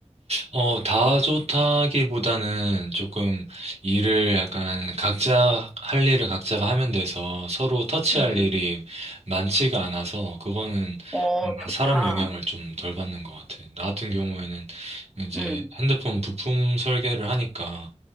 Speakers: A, on the right; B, in the centre.
A: 어, 다 좋다기보다는 조금 일을 약간 각자 할 일을 각자가 하면 돼서 서로 터치할
B: 음.
A: 일이 많지가 않아서 그거는
B: 어,
A: 뭔가
B: 좋다.
A: 사람 영향을 좀 덜 받는 것 같아. 나 같은 경우에는 이제
B: 음.
A: 핸드폰 부품 설계를 하니까